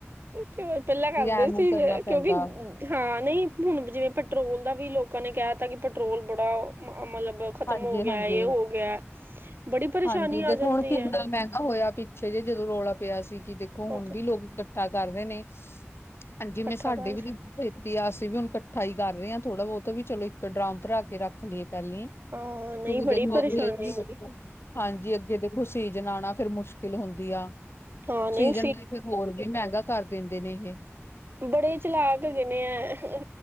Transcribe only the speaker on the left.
ਐਵੇਂ
ਕਰਨਾ ਪੈਂਦਾ।
ਹਾਂਜੀ-ਹਾਂਜੀ
ਹਾਂਜੀ
ਦੇਖੋ
ਹੁਣ ਕਿੰਨਾ
ਮਹਿੰਗਾ ਹੋਇਆ ਪੀ ਛੇ ਜੇ ਜਦੋਂ ਰੌਲਾ ਪਿਆ ਸੀ ਕਿ ਦੇਖੋ
ਹੁਣ
ਵੀ ਲੋਕ ਇਕੱਠਾ ਕਰ ਰੇ ਨੇ ਹਾਂਜੀ
ਜੀਵੈ ਸਾਡੇ
ਵੀ ਨੇ ਫਿਰ ਅਸੀਂ ਵੀ ਹੁਣ ਇਕੱਠਾ ਹੀ ਕਰ ਰਹੇ ਹਾਂ ਥੋੜਾ ਬਹੁਤ ਆ ਵੀ ਚਲੋ ਇੱਕ ਡਰਮ ਭਰਾ ਕੇ ਰੱਖ ਲਈਏ ਪਹਿਲੀ ਹੀ
ਕਿਉਂਕਿ
ਦੇਖੋ
ਅੱਗੇ
ਹਾਂਜੀ ਅੱਗੇ ਦੇਖੋ ਸੀਜਨ ਆਉਣਾ ਫ਼ਿਰ ਮੁਸ਼ਕਿਲ ਹੁੰਦੀ ਆ।
ਸੀਜਨ ਤਾਂ ਫਿਰ ਹੋਰ ਵੀ ਮਹਿੰਗਾ ਕਰ ਦਿੰਦੇ ਨੇ ਇਹੈ।